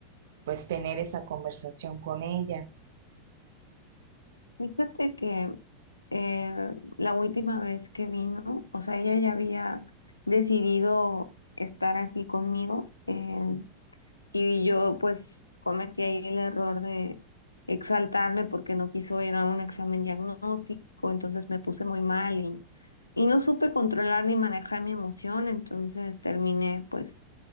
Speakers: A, on the right; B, on the left.
A: pues tener esa conversación con ella?
B: Fíjate que eh, la última vez que vino, o sea, ella ya había decidido estar aquí conmigo. eh, y yo pues cometí ahí el error de exaltarme porque no quiso ir a un examen diagnóstico, entonces me puse muy mal y, y no supe controlar ni manejar mi emoción, entonces terminé pues